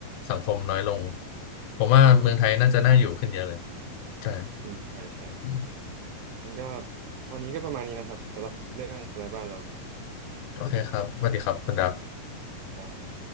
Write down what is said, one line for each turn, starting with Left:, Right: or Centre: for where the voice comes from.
Left: สังคมน้อยลง ผมว่าเมืองไทยน่าจะน่าอยู่ขึ้นเยอะเลย
Right: อืมครับ
Left: ใช่
Right: อืมใช่ใช่
Left: อืม
Right: มันก็วันนี้ก็ประมาณนี้นะครับสำหรับเรื่องคนไร้บ้านเรา
Left: โอเคครับสวัสดีครับคุณดับ
Right: ครับ